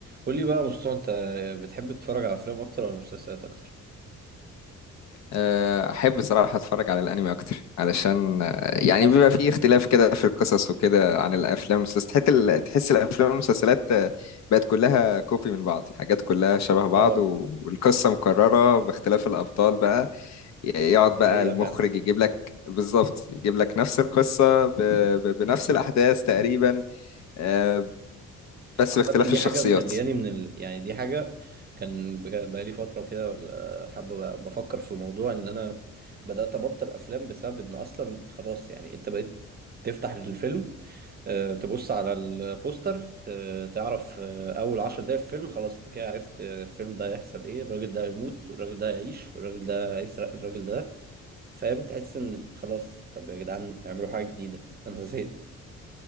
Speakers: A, on the right (about 30°); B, on the left (about 65°).
A: قول لي بقى يا مصطفى انت بتحب تتفرج على افلام اكتر ولا مسلسلات اكتر
B: آه، احب صراحة اتفرج على الانمي اكتر علشان آه، يعني
A: اصلا
B: بيبقى فيه اختلاف كده في القصص وكده عن الافلام والمسلسلات تحت ال- تحس الافلام والمسلسلات آه، بقت كلها كوبي من بعض حاجات كلها شبه بعض
A: اه
B: و- والقصة مكررة باختلاف الابطال بقى ي- يقعد
A: دي
B: بقى
A: حقيقة
B: المخرج
A: فعلا
B: يجيب لك بالظبط يجيب لك نفس القصة ب... ب... بنفس الاحداث تقريبا آه، بس
A: عامة
B: باختلاف
A: دي
B: الشخصيات
A: حاجة مخلياني من ال... يعني دي حاجة كان بجا- بقالي فترة كده ولا حابة بقى- بفكر في موضوع ان انا بدأت ابطل افلام بسبب ان اصلا خلاص يعني انت بقيت تفتح الفيلم آه، تبص على البوستر ت- تعرف آه، اول عشر دقايق في الفيلم خلاص انت كده عرفت آه، الفيلم ده هيحصل ايه الراجل ده هيموت والراجل ده هيعيش والراجل ده هيسرق الراجل ده فاهم تحس ان خلاص طب يا جدعان اعملوا حاجه جديده <laughs> انا زهقت